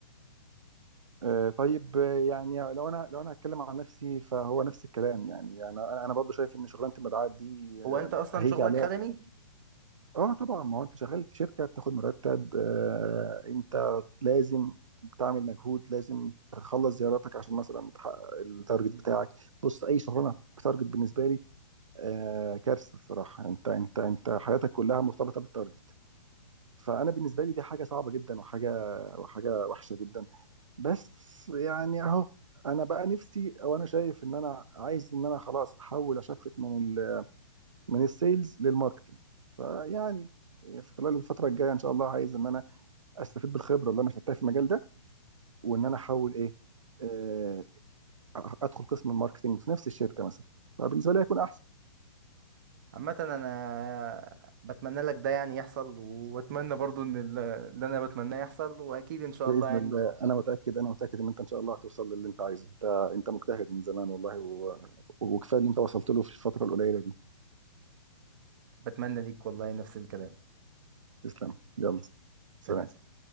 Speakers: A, on the right; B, on the right.
A: آه، طيب آه، يعني لو انا لو انا هتكلم عن نفسي فهو نفس الكلام يعني يعني انا انا برضه شايف ان شغلانه المبيعات دي آه،
B: هو انت اصلا
A: هيجي
B: شغلك
A: عليها
B: خدمي
A: اه طبعا ما هو انت شغال في شركه بتاخد مرتب آه انت لازم تعمل مجهود لازم تخلص زياراتك عشان مثلا تحقق التارجت بتاعك بص اي شغلانه بتارجت بالنسبه لي آه كارثه الصراحه انت انت انت حياتك كلها مرتبطه بالتارجت فانا بالنسبه لي دي حاجه صعبه جدا وحاجه وحاجه وحشه جدا بس يعني اهو انا بقى نفسي او انا شايف ان انا عايز ان انا خلاص احول اشفت من من السيلز للماركتنج فيعني في خلال الفترة الجاية إن شاء الله عايز إن أنا أستفيد بالخبرة اللي أنا خدتها في المجال ده وإن أنا أحاول إيه آه، أدخل قسم الماركتنج في نفس الشركة مثلا فبالنسبة لي هيكون أحسن
B: عامة انا بتمنى لك ده يعني يحصل واتمنى برضو ان ال- اللي انا بتمناه يحصل واكيد ان شاء
A: بإذن
B: الله يعني
A: الله أنا متأكد أنا متأكد إن أنت إن شاء الله هتوصل للي أنت عايزه أنت أنت مجتهد من زمان والله و... وكفاية اللي أنت وصلت له في الفترة القليلة دي
B: بتمنى ليك والله نفس الكلام
A: تسلم يلا سلام
B: سلام